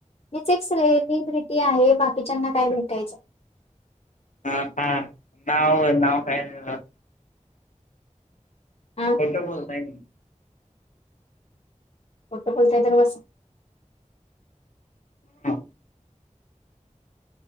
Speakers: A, on the left; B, on the left.
A: मिच एक सेलिब्रिटी आहे बाकीच्यांना काय भेटायचं.
B: ह का. नाव नाव काय तुझं?
A: हा
B: खोटं बोलतायं ना?
A: खोटं बोलतायं तर बसं.
B: हा.